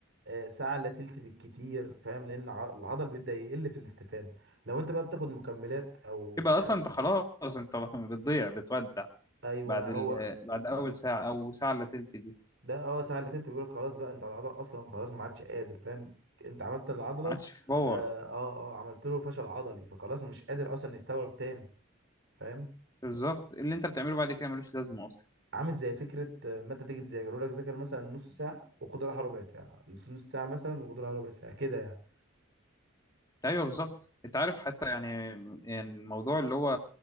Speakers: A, on the right (about 65°); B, on the left (about 20°).
A: آه، ساعه الا تلت بالكتير فاهم لان ع- العضل بيبدا يقل في الاستفاده لو انت بقى بتاخد مكملات او
B: يبقى
A: حاجه
B: اصلا انت خلاص انت بتضيع بتودع
A: ايوه
B: بعد ال...
A: هو
B: بعد اول
A: ب-
B: ساعه او ساعه الا تلت دي
A: ده اه ساعه الا تلت بيقول خلاص بقى انت العضل اصلا خلاص ما عادش قادر فاهم انت عملت العضله
B: ما
A: اه
B: عادش في باور
A: اه آه، عملت له فشل عضلي فخلاص مش قادر اصلا يستوعب تاني فاهم
B: بالظبط اللي انت بتعمله بعد كده ملوش لازمه اصلا
A: عامل زي فكره آه، ما انت تيجي تذاكر يقول لك ذاكر مثلا نص ساعه وخد راحه ربع ساعه نص ساعه مثلا وخد راحه ربع ساعه كده يعني
B: ايوه بالظبط انت عارف حتى يعني يعني الموضوع اللي هو